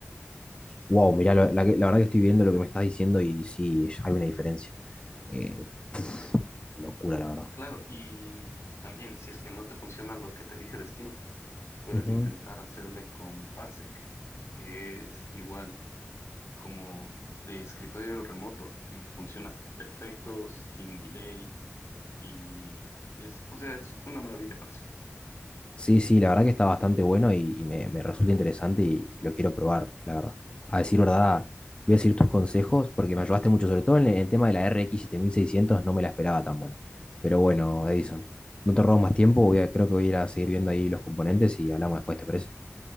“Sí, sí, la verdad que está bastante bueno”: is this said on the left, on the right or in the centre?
Left